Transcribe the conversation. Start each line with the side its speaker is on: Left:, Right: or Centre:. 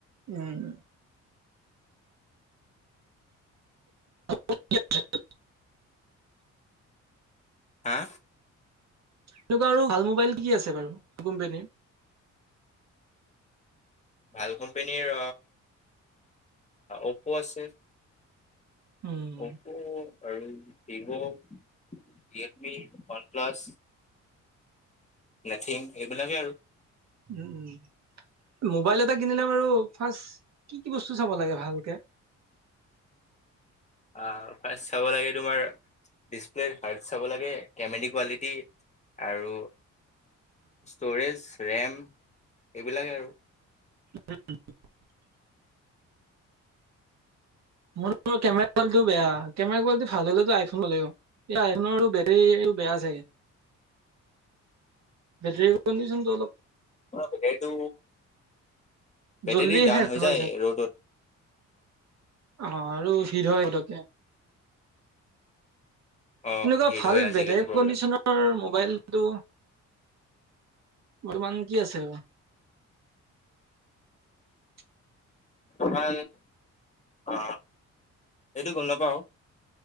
Right: উম ত ত ত্
Left: হা!
Right: এনেকোৱা আৰু ভাল মোবাইলটো কি আছে বাৰু কোম্পানীৰ।
Left: ভাল কোম্পানীৰ অপ' আছে।
Right: উম,
Left: অপ' আৰু Vivo Realme one plus. Nothing এইবিলাকে আৰু
Right: উম উম মোবাইল এটা কিনিলে বাৰু ফাৰ্ষ্ট কি কি বস্তু চাব লাগে ভালকে? <inaudible>
Left: আহ ফাৰ্ষ্ট চাব লাগে তোমাৰ ডিচপ্লে হাৰ্ট চাব লাগে কেমেৰি কোৱালিটি আৰু ষ্ট'ৰেজ, ৰেম এইবিলাকে আৰু
Right: <unintelligible> মোৰ কেমেৰা কোৱালিটিও বেয়া কেমেৰা কোৱালিটি ভাল হলেতো আইফোন ললে হ'ল। এই আইফনৰটো বেটৰীটো বেয়া চাগে। বেটৰি কনডিচন তো অলপ
Left: বেটেৰীটো বেটেৰী
Right: জল্দি
Left: ডাউন
Right: শেষ হৈ যায়।
Left: ৰ'দত
Right: অ আৰু হৃদ হয় পতকে
Left: অ'
Right: তেনেকোৱা
Left: হিট
Right: ভাল
Left: হয় আজিকালি
Right: বেটৰী
Left: প্ৰব্লেম
Right: কণ্ডিচনৰ মোবাইলটো বৰ্তমান কি আছে? <unintelligible>
Left: আ অ এইটো গম নাপাও।